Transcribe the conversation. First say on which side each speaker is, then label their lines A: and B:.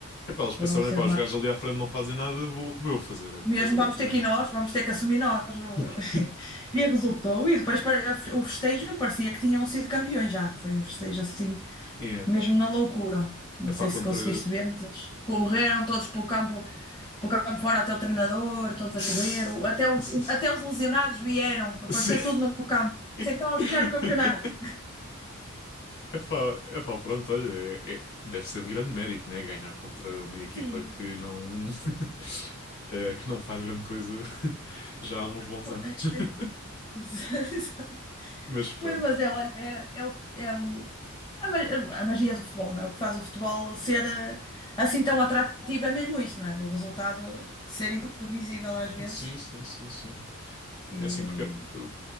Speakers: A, on the left; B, on the left.
A: Epá, eles
B: Foram
A: pensaram,
B: assim
A: epá,
B: remates.
A: os gajos ali à frente não fazem nada, vou, vou eu fazer, olha,
B: Mesmo
A: estás a brincar?
B: vamos ter que ir nós, vamos ter que assumir nós. o-
A: <laughs>
B: <laughs> E resultou. E depois para- o festejo parecia que tinham sido campeões já. Foi um festejo assim.
A: é Yeah.
B: mesmo na loucura. Não
A: Epá,
B: sei
A: contra...
B: se conseguiste ver, mas eles correram todos pelo campo, pelo campo fora até o treinador, todos
A: <laughs>
B: a correr, o- até, o- até os lesionados vieram, apareceu
A: Sim.
B: tudo no campo. Sei
A: <laughs>
B: que estava a fechar o campeonato.
A: Epá, epá, pronto, olha, é- é- deve ser de grande mérito, né? Ganhar contra uma equipa
B: Sim.
A: que não, <laughs> eh, que não faz grande coisa <laughs> já há uns bons
B: Pô,
A: anos.
B: <laughs>
A: <laughs>
B: exato.
A: Mas pronto.
B: Foi, mas é, olha, é, é o, é o a, ma- a magia do futebol, não é? O que faz o futebol ser eh, assim tão atrativo é mesmo isso, não é? O resultado eh, ser imprevisível às vezes.
A: Sim, sim, sim, sim.
B: E,
A: É assim,
B: eh,
A: porque uh,